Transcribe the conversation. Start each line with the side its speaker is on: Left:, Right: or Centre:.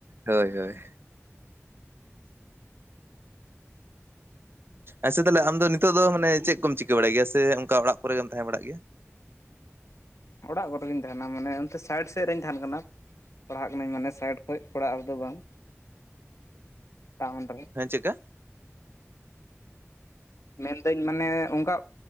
Right: ᱦᱳᱭ ᱦᱳᱭ ᱟᱪᱪᱷᱟ ᱛᱟᱦᱚᱞᱮ ᱟᱢ ᱫᱚ ᱱᱤᱛᱚᱜ ᱫᱚ ᱢᱟᱱᱮ ᱪᱮᱫ ᱠᱚᱢ ᱪᱤᱠᱟᱹ ᱵᱟᱲᱟᱭ ᱜᱮᱭᱟ ᱥᱮ ᱚᱱᱠᱟ ᱚᱲᱟᱜ ᱠᱚᱨᱮᱜᱮ ᱛᱟᱦᱮᱸ ᱵᱟᱲᱟᱜ ᱜᱮᱭᱟ?
Left: ᱚᱲᱟᱜ ᱠᱚᱨᱮᱜᱤᱧ ᱛᱟᱦᱮᱱᱟ ᱢᱟᱱᱮ ᱚᱱᱛᱮ ᱥᱟᱭᱤᱰ ᱥᱮᱡ ᱨᱤᱧ ᱛᱟᱦᱮᱱ ᱠᱟᱱᱟ᱾ ᱯᱟᱲᱦᱟᱜ ᱠᱟᱹᱱᱟᱹᱧ ᱢᱟᱱᱮ ᱥᱟᱭᱤᱰ ᱠᱷᱚᱡ ᱚᱲᱟᱜ ᱨᱮᱫᱚ ᱵᱟᱝ ᱴᱟᱣᱩᱱ ᱨᱮ᱾
Right: ᱦᱮᱸ ᱪᱮᱜᱠᱟ
Left: ᱢᱮᱱᱫᱟᱹᱧ ᱢᱟᱱᱮ ᱚᱱᱠᱟ